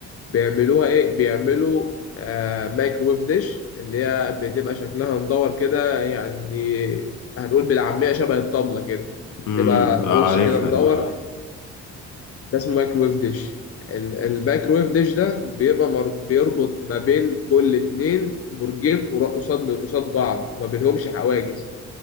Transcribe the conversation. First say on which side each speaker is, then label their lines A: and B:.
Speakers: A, on the left; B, on the left.
A: بيعملوها ايه بيعملوا آه مايكرويف ديش اللي هي بتبقى شكلها مدور كده يعني هنقول بالعاميه شبه الطبله كده
B: امم
A: تبقى قرص
B: آه عارفها
A: كده مدور
B: دي
A: ده اسمه مايكرويف ديش ال- المايكرويف ديش ده بيبقى مر- بيربط ما بين كل اتنين برجين قرا- قصاد قصاد بعض وما بينهمش حواجز